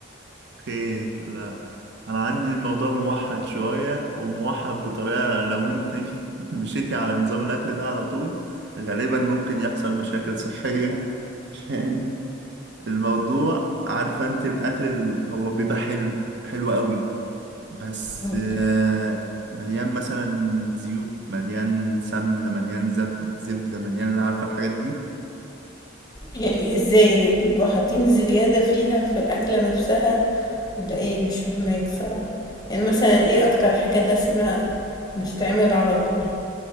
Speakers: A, on the right; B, on the left.
A: اوكي لا انا عندي الموضوع موحد شوية وموحد بطريقة لو انت <laughs> مشيتي على نظام الاكل ده على طول غالبا ممكن يحصل مشاكل صحية <laughs> لأن الموضوع عارفة انت الاكل ال- هو بيبقى حلو حلو قوي بس
B: <laughs> اوكي
A: آه، مليان مثلا زيوت مليان سمنة مليان زب- زبدة مليان عارفة الحاجات دي
B: يعني ازاي يعني بيبقوا حاطين زيادة فيها في الأكلة نفسها ولا ايه مش فاهماك صراحة يعني مثلا ايه أكتر حاجة دسمة بتتعمل على طول